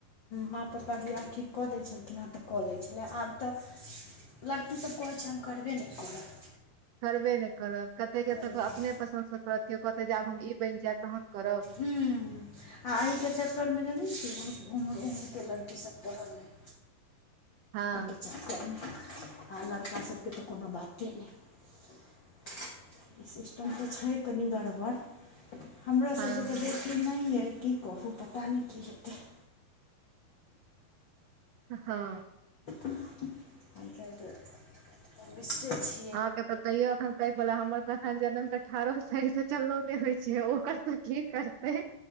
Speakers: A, on the left; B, on the right.
A: माँ पप्पा वियाह ठीक कऽ दै छलखिन हे तऽ कऽ लै छलै आब तऽ लड़की सभ कहैत छै हम करबे नहि करब
B: करबे नहि करत कतेक केतऽ
A: करबै
B: अपने
A: नहि
B: पसन्दसँ करत केओ कहतै जे आब हम ई बनि जायब तहन करब।
A: हू। आ एहिके चक्करमे जनै छियै बहुत उम्र उम्रके लड़की सभ पढ़ल आइ
B: हँ
A: अय के चक्कर मे आ लड़का सभके तऽ कोनो बाते नहि ई सिस्टम तऽ छै कनि गरबर हमर
B: हँ
A: सबके तऽ
B: हँ
A: बेटी नय यऽ की कहू पता नय की हेतै
B: हँ
A: आइ काइल तऽ बुझते छी
B: अहाँके तऽ तैयो एखैन पैघ भलै हमर तऽ एखैन जनैम कऽ ठारो सही सँ चललो नय होइ छै ओकर तऽ की करतै